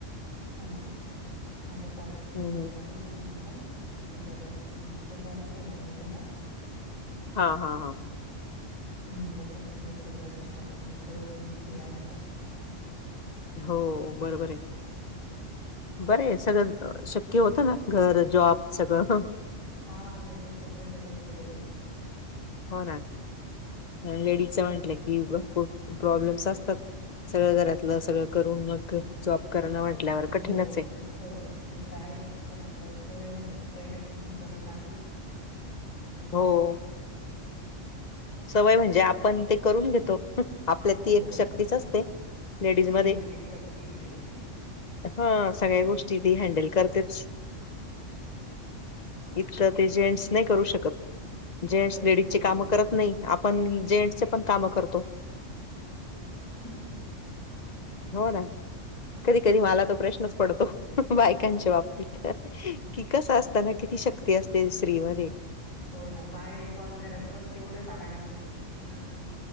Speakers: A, on the left; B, on the left.
A: हा अच्छा, माझा पार्ट टाइम
B: हम्म
A: जॉब आहे बिलिंगचा तिथे जात असते मी, आताच आली थोडा वेळ झाला.
B: हा हा हा
A: मग म्हणलं जरा ग्रुपवर मेसेज टाकुन विचारुया, कोणी फ्री आहे का.
B: हो बरोबर आहे बर आहे, सगळं शक्य होतं ना घर जॉब सगळं.
A: हा होत, सध्या तरी होतय.
B: हो ना लेडीजच म्हटलं की खूप प्रॉब्लेम्स असतात. सगळं घरातलं सगळं करून मग जॉब करणं म्हटल्यावर कठीणच
A: हो
B: आहे.
A: तेच स ते तर आहेच पण आता सवय झाली ना पहिल्यापासून करत आलीय. त्याच्यामुळे
B: हो सवय म्हणजे आपण ते करून घेतो आपल्यात ती
A: हो
B: एक शक्तीच असते, लेडीज
A: स्त्रीमध्ये
B: मध्ये.
A: ती शक्तीच आहे
B: हा सगळ्या गोष्टी ती हँडल करतेच. इतकं ते जेंट्स नाही करू शकत, जेंट्स
A: खरंच
B: लेडीज
A: नाही
B: चे काम
A: करून
B: करत नाही आपण जेंट्सचं पण काम करतो.
A: ह
B: हो ना, कधी कधी मला तर प्रश्नच पडतो बायकांच्या बाबतीत कि, कसं असताना किती शक्ती मध्ये
A: हो ना बाहेर पण घरात पण तेवढंच आल्यानंतर तीच एनर्जी